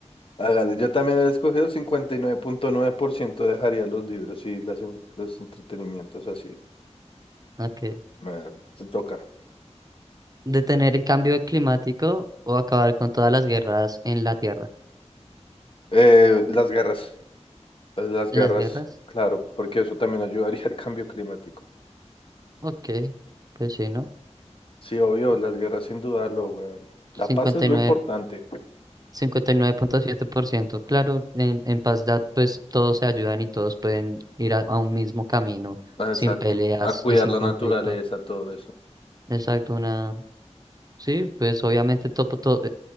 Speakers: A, on the left; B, on the right.
A: Hágale. Yo también he escogido cincuenta y nueve nueve punto nueve por ciento dejaría los libros y las, en- los entretenimientos así.
B: Okay.
A: Bueno, se toca.
B: Detener el cambio climático o acabar con todas las guerras en la Tierra.
A: Eh, las garras. eh, Las
B: ¿Las
A: garras,
B: guerras?
A: claro, porque eso también ayudaría <laughs> al cambio climático.
B: Ok, pues sí, ¿no?
A: Sí, obvio,
B: Eh,
A: las guerras sin dudarlo, weón. La
B: cincuenta
A: paz es lo
B: y nueve
A: importante.
B: cincuenta y nueve punto siete por ciento Claro, en, en Pazdat pues todos se ayudan y todos pueden ir a, a un mismo camino
A: Ah,
B: sin
A: Exacto.
B: peleas
A: A cuidar
B: y sin
A: la
B: conflicto.
A: naturaleza, todo eso.
B: Exacto, una... Sí, pues obviamente todo, todo,